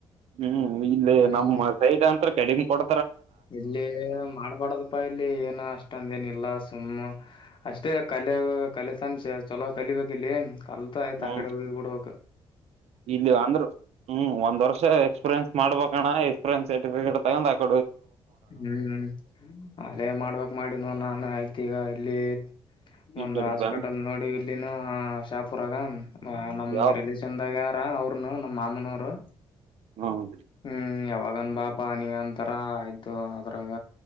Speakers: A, on the right; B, on the left.
A: ಹ್ಮ್ ಇಲ್ಲಿ
B: ಹ್ಮ್
A: ನಮ್ಮ ಸೈಡ್ ಅಂತತ್ರ ಕಡಿಂಗ ಕೊಡ
B: ಇಲ್ಲಿ ಮಾಡ್ಬಾಡದಪ್ಪಾ ಇಲ್ಲಿ ಏನ ಅಷ್ಟೊಂದ ಏನ ಇಲ್ಲ ಸುಮ್ಮ್ ಅಷ್ಟೇ ಕಲೆಯ ಕಲಿತನ್ ಚಲೋ ಕಲಿಬೇಕಿಲ್ಲಿ ಯ
A: ಹ್ಮ್
B: ಆಕಡೊಡುವಬೇಕ
A: <inaudible> ಇಲ್ಲಿ ಅಂದ್ರೆ ಹ್ಮ್ ಒಂದ ವರ್ಷ ಎಕ್ಸ್ಪೀರಿಯನ್ಸ್ ಮಾಡಬೇಕಣ್ಣ ಎಕ್ಸ್ಪೀರಿಯನ್ಸ್ ಸರ್ಟಿಫಿಕೇಟ್ ತಗೊಂಡ್ ಆಕ
B: ಹ್ಮ್ ಅದೇ ಮಾಡ್ಬೇಕಕ್ ಮಾಡಿನ ನಾನು ಆಯ್ತು ಈಗ ಇಲ್ಲಿ
A: ಈ
B: ಒಂದು್
A: ಕಡೆ
B: ಹಾಸ್ಪಿಟಲ್
A: ಬ್ಯಾಂಕ್
B: ನೋಡ್ ಇಲ್ಲಿನ ಶಾಪುರಾಗ ನಮ್ದ
A: ಯಾವ
B: ರಿಲಷನ್ದಾಗ ಅವ್ರನು ನಮ್ಮ ಮಾಮನವರು
A: ಹ್ಮ್
B: ಹ್ಮ್ ಯಾವಾಗನ್ ಬಾಪ ನೀ ಅಂತ ಆಯ್ತು ಅದ್ರಾಗ